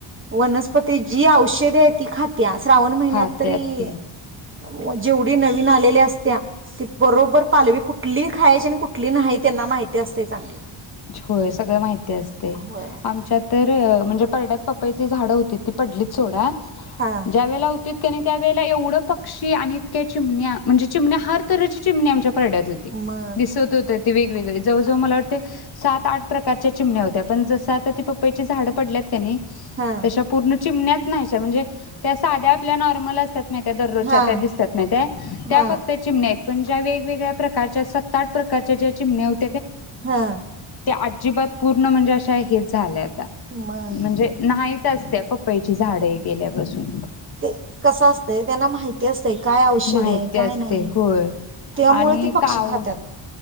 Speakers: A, on the right; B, on the left.
A: वनस्पती जी औषधी ती खात त्या श्रावण महीन्यात
B: खात्यात
A: तरी
B: ते
A: व जेवढ ती नवीन आलेल्या असत्या, ती बरोबर पालवी कुठली खायची आणि कुठली नाही त्यांना माहिती असतय चांगलं.
B: छ होय सगळं माहित ती आसतय
A: होय
B: आमच्यात तर म्हणजे परड्यात पपईची झाडं होती ती पडलीत सोडा.
A: हा
B: ज्या वेळेला हुतीत कनी त्यावेेळेला एवढं पक्षी आणि इतक्या चिमण्या म्हणजे चिमण्या हर तरच्या चिमण्या आमच्या परड्यात होती.
A: मग
B: दिसत होती. ते वेगवेगळे जवळजवळ मला वाटते. सात आठ प्रकारच्या चिमण्या होत्या पण जसं आता ती पपईची झाडं पडल्यात. कणी,
A: हा
B: तश्या पूर्ण चिमण्याच नाहीश्या म्हणजे त्या साध्या आपल्या नॉर्मलच त्यात माहीत्याय दररोजच्या
A: हा
B: त्या दिसत्यात माहित्याय
A: हा
B: त्या फक्त चिमण्या पण ज्या वेगवेगळ्या प्रकारच्या सत्त आठ प्रकारच्या ज्या चिमण्या होत
A: हा.
B: अजिबात पूर्ण म्हणजे अशा हेच झाल्यात.
A: मग
B: म्हणजे नाहीत. त्याच त्या पप्पईची झाडं हे केल्या पासून
A: ते कसं असतंय त्यांना माहिती असतंय काय औषधी
B: माहिती
A: आहे काय
B: असते
A: नाही
B: होय
A: त्यामुळे
B: आणि
A: ते पक्षी
B: काव
A: खात्यात.